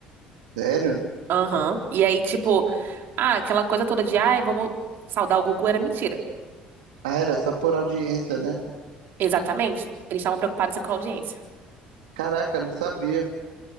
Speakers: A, on the right; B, on the right.
A: sério?
B: Aham. E aí, tipo, ah, aquela coisa toda de, ai, vamos saudar o Gugu era mentira.
A: Ah, era só por audiência, né?
B: Exatamente. Eles estavam preocupados com a audiência.
A: Caraca, não sabia.